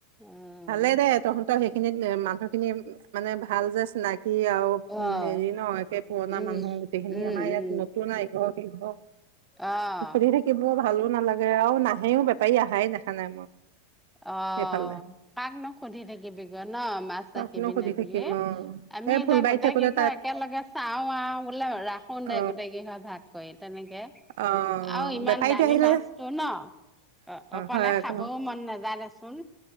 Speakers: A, in the centre; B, on the right.
A: উম,
B: ভালে দে তহঁতৰ সেই খিনিত মানুহ খিনি মানে ভাল যে চিনা সি আৰু
A: অ'
B: হেৰি ন, একে পুৰণা
A: উম।
B: মানুহ গোটেইখিনি
A: উম,
B: আমাৰ ইয়াত
A: উম,
B: নতুন এঘৰ-সিঘৰ
A: অ',
B: সুধি থাকিব ভালো নালাগে আও, নাহেও বেপাৰী আহাই দেখা নাই মই।
A: অ'
B: এইফালে
A: কাকনো সুধি থাকিবিগৈ ন, মাছ
B: কাকনো
A: ৰাখিবিনে
B: সুধি
A: বুলি।
B: থাকিম অ
A: আমি
B: এই
A: এতিয়া
B: ফুলবাৰীত
A: গোটেই
B: থাকোতে
A: কেইঘৰ
B: তাত
A: একেলগে চাও আও বোলে ৰাখো
B: অ
A: দে গোটেই কেইঘৰে ভাগ কৰি তেনেকে।
B: অ
A: আৰু ইমান
B: বেপাৰীটো
A: দামী
B: আহিলে
A: মাছটো ন'? অ' অকলে
B: হয় আকৌ
A: খাবও মন নেযায় দেচোন।